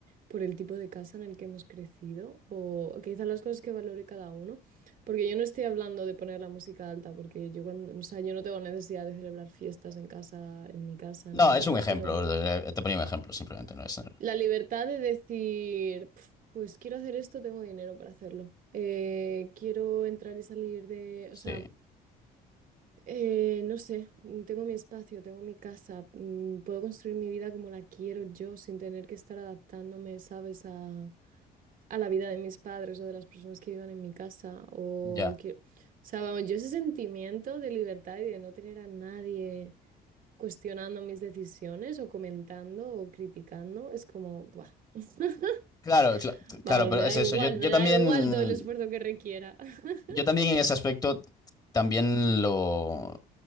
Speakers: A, on the right; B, on the left.
A: por el tipo de casa en el que hemos crecido o quizá las cosas que valore cada uno, porque yo no estoy hablando de poner la música alta, porque yo cuando, o sea, yo no tengo necesidad de celebrar fiestas en casa, en mi casa
B: No,
A: ni nada,
B: es un ejemplo,
A: pero
B: eh, te ponía un ejemplo, simplemente, no es...
A: la libertad de decir, "Pf, pues quiero hacer esto, tengo dinero para hacerlo. Eh, quiero entrar y salir de,
B: Sí,
A: o sea, eh, no sé, mm, tengo mi espacio, tengo mi casa, mm, puedo construir mi vida como la quiero yo sin tener que estar adaptándome, ¿sabes? A, a la vida de mis padres o de las personas que vivan en mi casa. O,
B: ya.
A: que- o sea, vamos, yo ese sentimiento de libertad y de no tener a nadie cuestionando mis decisiones o comentando o criticando, es como, ¡buah! <laughs>
B: Claro, cla-
A: Vamos,
B: claro, pero
A: me
B: es
A: da
B: eso.
A: igual,
B: Yo, yo
A: me
B: también,
A: da igual todo el esfuerzo que requiera. <laughs>
B: yo también en ese aspecto también lo,